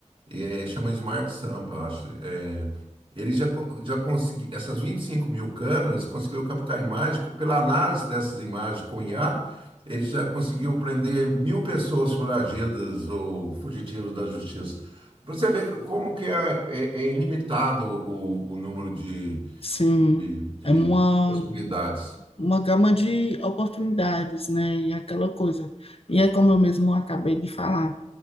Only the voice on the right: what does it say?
e é, chama Smart Sampa, acho. É, ele já, co- já conseguiu, essas 25 mil câmeras, conseguiu captar imagem, pela análise dessas imagens com IA, ele já conseguiu prender mil pessoas foragidas ou fugitivos da justiça. Pra Você ver co- como que é, é- é ilimitado o, o número de,
de, de
possibilidades.